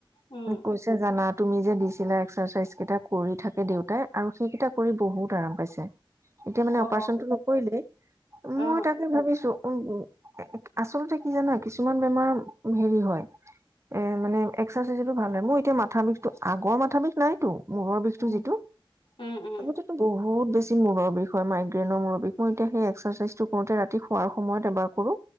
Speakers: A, on the left; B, on the right.
A: উম
B: কৈছে জানাত তুমি যে দিছিলা এক্সাৰচাইজ কেইটা কৰি থাকে দেউতাই আৰু সেইকেইটা কৰি বহুত আৰাম পাইছে এতিয়া মানে
A: অ অ
B: অপাৰচনটো নকৰিলে? মই
A: অ
B: তাকে ভাবিছো উম উম আচলতে কি জানা কিছুমান বেমাৰ হেৰি হয়, এ মানে এক্সাৰচাইজতো ভাল হয় মোৰ এতিয়া মাথা বিষটো, আগৰ মাথা বিষ নাইতো মূৰৰ বিষটো
A: উম
B: যিটো,
A: উম উম
B: আগতেতো বহুত বহুত বেছি মূৰৰ বিষ হয় মাইগ্ৰেেইনৰ মূৰৰ বিষ মই এতিয়া সেই এক্সাৰচাইজটো কৰোতে ৰাতি শোৱাৰ সময়ত এবাৰ কৰো